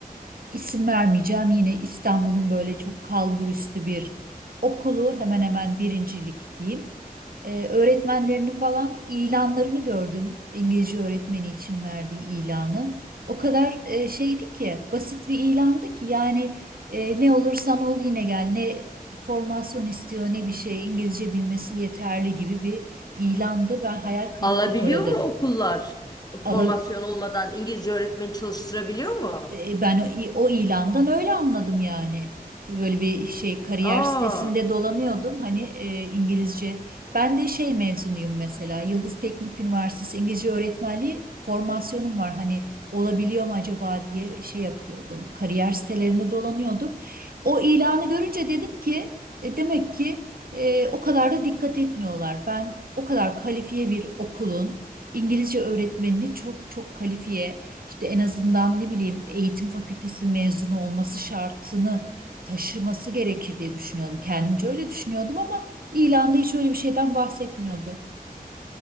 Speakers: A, on the right; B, on the left.
A: isim vermeyeceğim yine İstanbul'un böyle çok kalburüstü bir okulu hemen hemen birincilik diyeyim. Ee, öğretmenlerini falan ilanlarını gördüm. İngilizce öğretmeni için verdiği ilanı. O kadar e, şeydi ki basit bir ilandı ki yani e, ne olursan ol yine gel ne formasyon istiyor ne bir şey İngilizce bilmesi yeterli gibi bir ilandı. Ben hayal kırıklığına
B: Alabiliyor
A: uğradım.
B: mu okullar formasyon
A: Ala-
B: olmadan İngilizce öğretmeni çalıştırabiliyor mu?
A: E, Ben o o ilandan öyle anladım yani. Böyle bir şey kariyer
B: Aa,
A: sitesinde dolanıyordum hani e, İngilizce. Ben de şey mezunuyum mesela Yıldız Teknik Üniversitesi İngilizce öğretmenliği formasyonum var. Hani olabiliyor mu acaba diye şey yapıyordum. Kariyer sitelerinde dolanıyordum. O ilanı görünce dedim ki e, demek ki e, o kadar da dikkat etmiyorlar. Ben o kadar kalifiye bir okulun İngilizce öğretmenini çok çok kalifiye işte en azından ne bileyim eğitim fakültesi mezunu olması şartını taşıması gerekir diye düşünüyordum. Kendimce öyle düşünüyordum ama ilanda hiç öyle bir şeyden bahsetmiyordu.